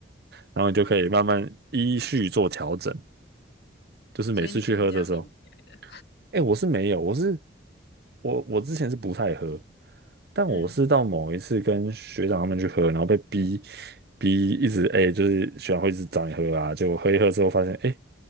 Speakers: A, on the right; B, on the left.
A: 然后你就可以慢慢依序做调整，就是每次去喝的时候。
B: 所以你就是这样练起来的。
A: 哎，我是没有，我是我我之前是不太喝，但我是到某一次跟学长他们去喝，
B: 嗯
A: 然后被逼逼一直哎，就是学长会一直找你喝啊，结果喝一喝之后发现，哎，